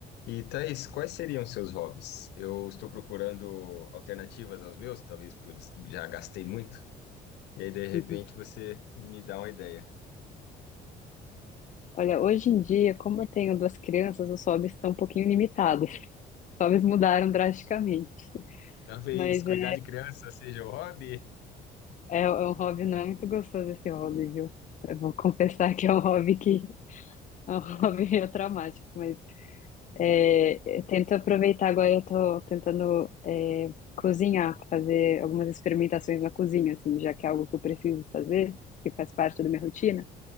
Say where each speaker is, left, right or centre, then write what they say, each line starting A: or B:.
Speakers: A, on the left; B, on the left.
A: E Thaís, quais seriam seus hobbies? Eu estou procurando alternativas aos meus, talvez porque eu des- já gastei muito. E aí, de repente,
B: Uhum.
A: você me dá uma ideia.
B: Olha, hoje em dia, como eu tenho duas crianças, os hobbies estão um pouquinho limitados. <laughs> Os hobbies mudaram drasticamente.
A: Talvez
B: Mas
A: cuidar
B: é,
A: de criança seja o hobby?
B: é, é um hobby, não é muito gostoso esse hobby, viu? Eu vou confessar que é um hobby que é um <laughs> hobby meio traumático, mas é, eu tento aproveitar agora, eu tô tentando é, cozinhar, fazer algumas experimentações na cozinha, assim, já que é algo que eu preciso fazer, que faz parte da minha rotina.